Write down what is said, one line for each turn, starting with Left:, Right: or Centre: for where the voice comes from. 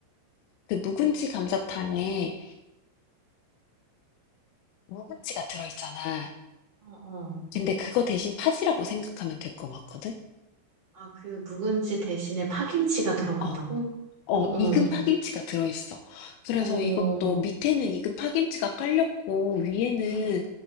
Left: 그 묵은지 감자탕에 묵은지가 들어있잖아.
Right: 어, 어.
Left: 근데 그거 대신 파지라고 생각하면 될 것 같거든?
Right: 아, 그 묵은지 대신에 파김치가 들어간다고?
Left: 어. 어,
Right: 어, 어.
Left: 익은 파김치가 들어있어. 그래서
Right: 어.
Left: 이것도 밑에는 익은 파김치가 깔렸고, 위에는
Right: 응,